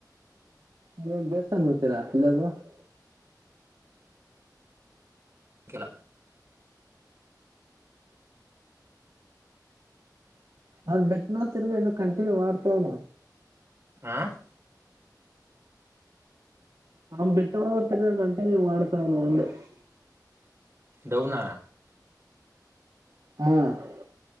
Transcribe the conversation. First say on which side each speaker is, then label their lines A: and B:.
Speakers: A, on the right; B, on the right.
A: ನೀ ಬೇಸ್ ತಂಗ್ ಹೋಡ್ತೀರಾ ಇಲ್ಲಾಗ <unintelligible>
B: ಕೆಲ <unintelligible>
A: ಅ ಬೆಟ್ಟಟ್ ನೋತಿರ್ವಿ ಇನ್ನು ಕಂಟಿನ್ಯೂ ಮಾಡ್ತಾವವು <unintelligible>
B: ಆ <unintelligible>
A: ನ್ ಬಿಟ್ಟವ ಕಂಟಿನ್ಯೂ ಮಾಡ್ತಾವವ ಒಂದು <unintelligible>
B: ದೌನಾ <unintelligible>
A: ಹ್ಮ <unintelligible>